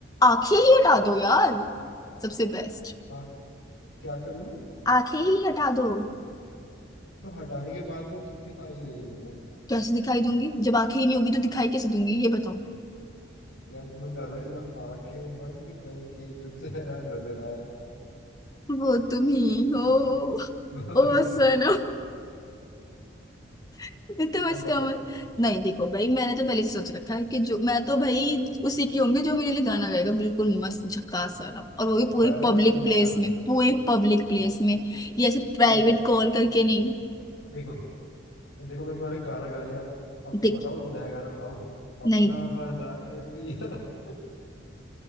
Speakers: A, on the left; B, on the left.
A: आंखें ही हटा दो यार सबसे बेस्ट
B: हाँ क्या करूँ मैं
A: आंखें ही हटा दो
B: तो हटाने के बाद भी तो तुम दिखाई दे रही हो ना
A: कैसे दिखाई दूंगी जब आंखें ही नहीं होगी तो दिखाई कैसे दूंगी ये बताओ
B: यार तुम लोग गाना नहीं सुना आंखें बंद करके जो चेहरा नजर आया
A: वो तुम ही
B: नहीं, सुनते
A: हो
B: हो?
A: ओ
B: और क्या
A: सनम <laughs> तो इसका
B: अब बताओ
A: वो- नहीं देखो भाई मैंने तो पहले से सोच रखा है कि जो मैं तो भाई उसी की होंगी जो मेरे लिए गाना गाएगा बिल्कुल मस्त झकास वाला और वो भी पूरी
B: गाया ना
A: पब्लिक
B: मैं तुम्हारा
A: प्लेस
B: गाना
A: में पूरी पब्लिक प्लेस
B: अब
A: में ये ऐसे प्राइवेट
B: अब
A: कॉल करके नहीं
B: देखो देखो मैं तुम्हारे गाना गा लिया अब अब तुम
A: देख
B: बताओ नया गाना बताओ अपना
A: नहीं
B: बना के पिया <laughs>